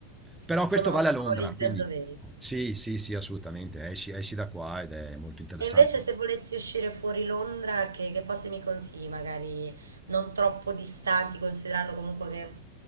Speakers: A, in the centre; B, on the right.
A: Però
B: Sono,
A: questo vale
B: sono
A: a Londra,
B: ligi
A: quindi
B: al doveri.
A: sì, sì, sì, assolutamente, esci, esci da qua ed è molto interessante.
B: E invece se volessi uscire fuori Londra, che, che posti mi consigli? Magari non troppo distanti, considerando comunque che